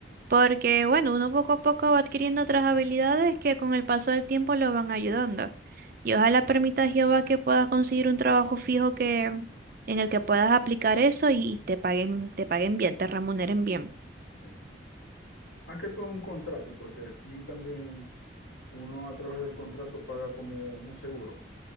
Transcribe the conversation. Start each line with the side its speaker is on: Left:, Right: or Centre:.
Right: porque bueno, uno poco a poco va adquiriendo otras habilidades que con el paso del tiempo lo van ayudando. Y ojalá permita a Jehová que puedas conseguir un trabajo fijo que en
Left: Sí,
Right: el que puedas aplicar eso y te paguen, te paguen bien, te remuneren bien.
Left: sí. Más que todo un contrato, porque aquí también uno a través del contrato paga como un seguro